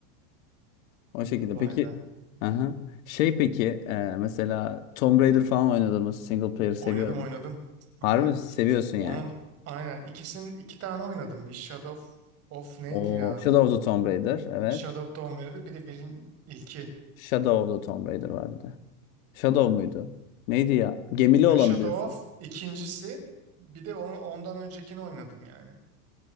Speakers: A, on the left (about 60°); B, on the right (about 30°).
A: O şekilde.
B: Vay
A: Peki,
B: be.
A: aha. Şey peki, e, mesela Tomb Raider falan oynadın mı? Single player seviyorum.
B: Oynadım oynadım. Aynen.
A: Harbi mi? seviyorsun
B: Onun
A: yani.
B: aynen ikisinin iki tane oynadım. Bir Shadow of of neydi
A: O
B: ya?
A: Shadow of the Tomb Raider. Evet.
B: Shadow of the Homerit'e bir de birin ilki.
A: Shadow of the Tomb Raider var bir de. Shadow muydu? Neydi ya? Gemili
B: Ya
A: olanı
B: Shadow
A: diyorsun.
B: of ikincisi. Bir de onu, ondan öncekini oynadım yani.